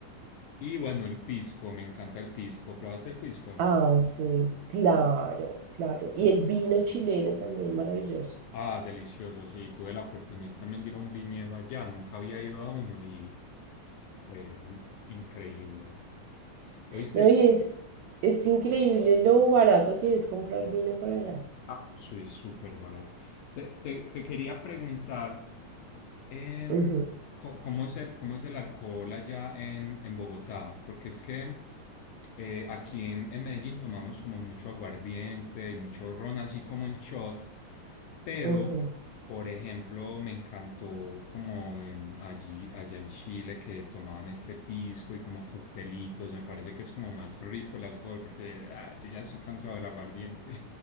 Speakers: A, on the left (about 75°); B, on the right (about 85°).
A: Y bueno, el pisco, me encanta el pisco. ¿Pruebas el pisco?
B: Ah, sí, claro, claro. Y el vino chileno también, maravilloso.
A: Ah, delicioso, sí. Tuve la oportunidad también de ir a un viñedo allá. Nunca había ido a uno y fue mm, increíble. Oíste,
B: No, y es, es increíble lo barato que es comprar vino por allá.
A: ah, soy súper barato. Te, te, te quería preguntar. Em,
B: Ujú,
A: co- ¿cómo es el, cómo es el alcohol allá en, en Bogotá? Porque es que eh, aquí en, en Medellín tomamos como mucho aguardiente y mucho ron, así como en shot, pero,
B: ujú.
A: por ejemplo, me encantó como en, allí, allá en Chile que tomaban este pisco y como coctelitos, me parece que es como más rico el alcohol porque ah, yo ya estoy cansado del aguardiente.